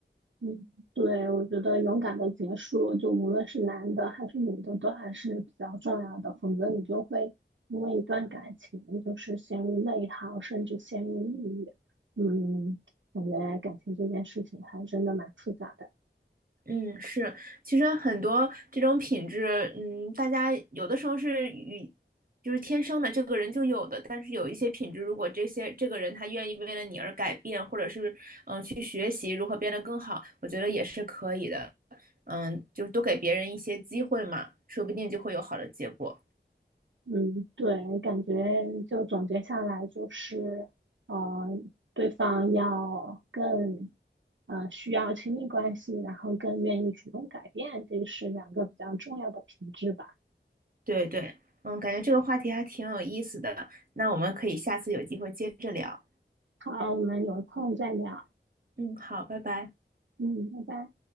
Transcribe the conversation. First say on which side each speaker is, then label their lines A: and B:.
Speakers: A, on the right; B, on the right.
A: 嗯，对，我觉得勇敢的结束，就无论是男的还是女的，都还是比较重要的，否则你就会因为一段感情就是陷入内耗，甚至陷入抑郁。嗯，感觉感情这件事情还真的蛮复杂的。
B: 嗯，是，其实很多这种品质，嗯，大家有的时候是与就是天生的，这个人就有的，但是有一些品质，如果这些这个人他愿意为了你而改变，或者是嗯、呃去学习如何变得更好，我觉得也是可以的。嗯，就是多给别人一些机会嘛，说不定就会有好的结果。
A: 嗯，对，感觉就总结下来就是，呃，对方要更，呃，需要亲密关系，然后更愿意主动改变，这是两个比较重要的品质吧。
B: 对对，嗯，感觉这个话题还挺有意思的，那我们可以下次有机会接着聊。
A: 好，我们有空再聊。
B: 嗯，好，拜拜。
A: 嗯，拜拜。